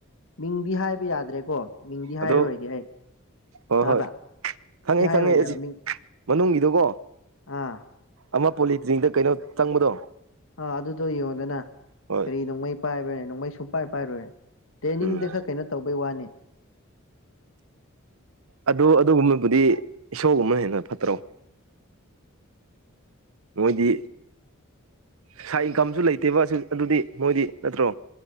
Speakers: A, on the left; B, on the right.
A: ꯃꯤꯡꯗꯤ ꯍꯥꯏꯕ ꯌꯥꯗ꯭ꯔꯦꯀꯣ ꯃꯤꯡꯗꯤ ꯍꯥꯏꯔꯔꯣꯏꯒꯦ
B: ꯑꯗꯣ
A: ꯑꯩ
B: ꯍꯣꯏ
A: ꯇꯥꯕ꯭ꯔꯥꯗꯤ
B: ꯍꯣꯏ ꯈꯪꯉꯦ
A: ꯍꯥꯏꯔꯔꯣꯏꯒꯦꯕ
B: ꯈꯪꯉꯦ ꯑꯁꯤ
A: ꯃꯤꯡ
B: ꯃꯅꯨꯡꯒꯤꯗꯨꯀꯣ
A: ꯑꯥ
B: ꯑꯃ ꯄꯣꯂꯤꯇꯤꯅꯤꯗ ꯀꯩꯅꯣ ꯆꯪꯕꯗꯣ
A: ꯑꯥ ꯑꯗꯨꯗꯣ ꯌꯦꯡꯗꯅ
B: ꯍꯣꯏ
A: ꯀꯔꯤ ꯅꯣꯡꯃꯩ ꯄꯥꯏꯕ꯭ꯔꯅ ꯅꯣꯡꯃꯩ ꯁ ꯄꯥꯏ ꯄꯥꯏꯔꯣꯏꯦ ꯇ꯭ꯔꯦꯅꯤꯡꯗ
B: ꯎꯝ
A: ꯈꯔ ꯀꯩꯅꯣ ꯇꯧꯕꯩ ꯋꯥꯅꯤ
B: ꯑꯗꯨ ꯑꯗꯨꯒꯨꯝꯕꯕꯨꯗꯤ ꯏꯁꯣꯔꯒꯨꯝꯅ ꯍꯦꯟꯅ ꯐꯠꯇ꯭ꯔꯣ ꯃꯣꯏꯗꯤ ꯉꯥꯏ ꯏꯟꯀꯝꯁꯨ ꯂꯩꯇꯦꯕ ꯑꯗꯨꯗꯤ ꯃꯣꯏꯗꯤ ꯅꯠꯇ꯭ꯔꯣ